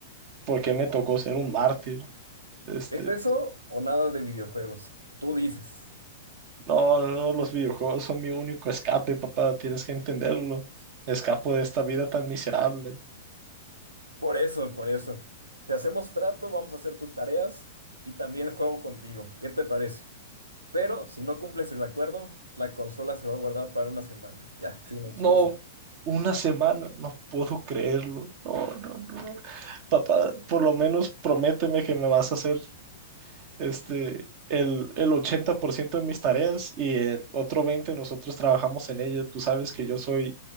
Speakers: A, on the right; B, on the right.
A: por qué me tocó ser un mártir. Este,
B: ¿Es eso o nada de videojuegos? Tú dices.
A: no, no, no, los videojuegos son mi único escape, papá, tienes que entenderlo. Escapo de esta vida tan miserable.
B: Por eso, por eso. Te hacemos trato, vamos a hacer tus tareas y también juego contigo. ¿Qué te parece? Pero si no cumples el acuerdo, la consola se va a guardar para una semana. Ya, sin excusas.
A: No, una semana, no puedo creerlo. No, no, no. no. Papá, por lo menos prométeme que me vas a hacer este el, el 80% de mis tareas y el otro 20% nosotros trabajamos en ella. Tú sabes que yo soy